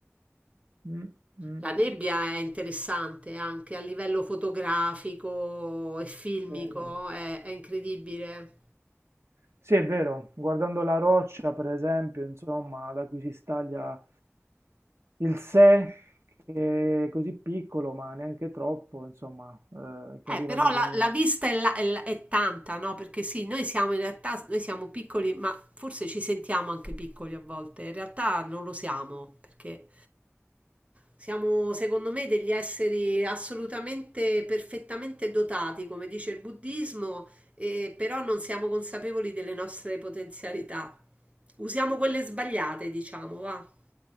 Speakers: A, on the right; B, on the right.
A: Mm, mm,
B: La nebbia è interessante anche a livello fotografico e filmico,
A: sì.
B: è è incredibile.
A: Sì, è vero, guardando la roccia, per esempio, insomma, da cui si staglia il sé, che è così piccolo, ma neanche troppo, insomma, eh, che arriva
B: Eh, però
A: lì
B: la,
A: con...
B: la vista è, la- è la- è tanta, no? Perché sì, noi siamo in realtà, noi siamo piccoli, ma forse ci sentiamo anche piccoli a volte. In realtà non lo siamo, perché siamo, secondo me, degli esseri assolutamente, perfettamente dotati, come dice il buddismo, e- però non siamo consapevoli delle nostre potenzialità. Usiamo quelle sbagliate, diciamo, va.